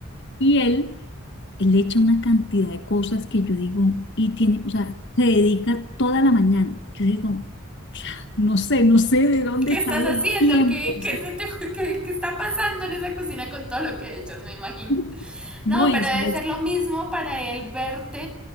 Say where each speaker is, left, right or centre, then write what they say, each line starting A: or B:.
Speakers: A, on the left (about 55°); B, in the centre.
A: Y él... Él le echa una cantidad de cosas que yo digo, y tiene, o sea, se dedica toda la mañana. Yo digo, no sé, no sé de dónde
B: ¿Qué estás
A: sale
B: haciendo?
A: el tiempo.
B: ¿Qué, qué, se te- qué- qué está pasando en esa cocina con todo lo que echas, me imagino?
A: <laughs>
B: No,
A: No,
B: pero
A: Isa,
B: debe
A: es...
B: ser lo mismo para él verte